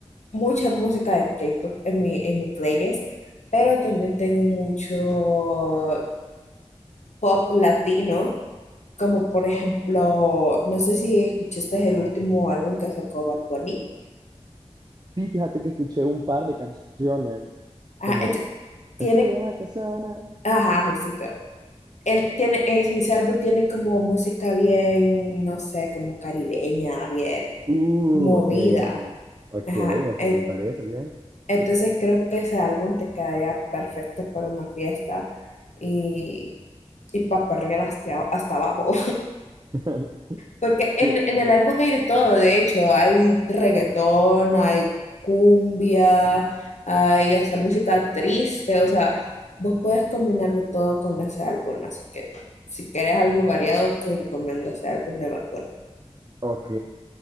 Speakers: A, on the left; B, on the right.
A: mucha música de K-pop en mi, en mi playlist, pero también tengo mucho pop latino. Como por ejemplo, no sé si escuchaste el último álbum que sacó Bad Bunny.
B: Sí, fíjate que escuché un par de canciones,
A: Ah,
B: como
A: este- tiene,
B: Me fui de vacaciones.
A: ajá, justito. Él tiene, en ese álbum tiene como música bien, no sé, como caribeña, bien
B: Uh,
A: movida.
B: ok, ajá. Ok,
A: Ajá. en-
B: me, me parece bien.
A: Entonces creo que ese álbum te quedaría perfecto para una fiesta y, y para perrear hasta, hasta abajo.
B: <laughs>
A: Porque en,
B: ¿Qué?
A: en el álbum hay de todo, de hecho, hay reggaetón, hay cumbia, hay hasta música triste, o sea, vos puedes combinarlo todo con ese álbum, así que si querés algo variado, te recomiendo ese álbum de Bad Bunny.
B: Ok.